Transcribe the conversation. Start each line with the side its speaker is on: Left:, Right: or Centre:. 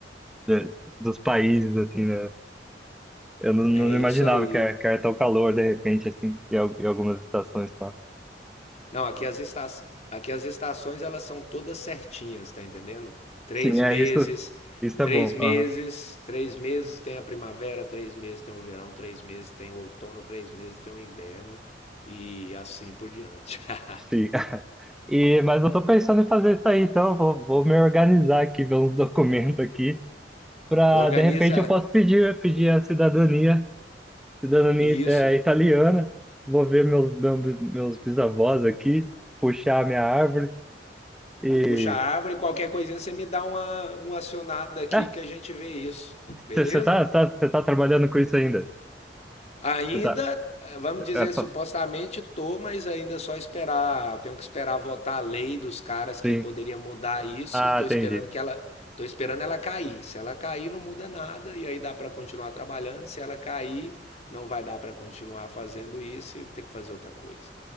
Centre: De- dos países, assim, né? Eu não, não
Left: É isso
Centre: imaginava
Left: aí.
Centre: que era, que era tão calor de repente, assim, em, al- em algumas estações, tá?
Left: Não, aqui as, esta... aqui as estações elas são todas certinhas, tá entendendo? Três
Centre: Sim, é
Left: meses,
Centre: isso. Isso
Left: três
Centre: é bom.
Left: meses,
Centre: aham,
Left: três meses tem a primavera, três meses tem o verão, três meses tem o outono, três meses tem o inverno e assim por diante. <laughs>
Centre: Sim. <laughs> E, mas eu tô pensando em fazer isso aí, então vou, vou me organizar aqui, ver uns documentos aqui, para
Left: Organiza
Centre: de repente eu posso pedir, pedir a cidadania, cidadania
Left: isso,
Centre: é, italiana. Vou ver meus, meus, meus bisavós aqui, puxar a minha árvore e.
Left: puxa a árvore, qualquer coisinha você me dá uma, uma acionada aqui
Centre: É,
Left: que a gente vê isso, beleza?
Centre: você tá, cê tá, cê tá trabalhando com isso ainda?
Left: Ainda,
Centre: Você tá.
Left: eh, vamos dizer,
Centre: é, fa-
Left: supostamente tô, mas ainda é só esperar, eu tenho que esperar votar a lei dos caras que
Centre: sim.
Left: poderia mudar isso.
Centre: Ah,
Left: Tô
Centre: entendi.
Left: esperando que ela, tô esperando ela cair. Se ela cair, não muda nada e aí dá para continuar trabalhando. Se ela cair, não vai dar para continuar fazendo isso e vou ter que fazer outra coisa.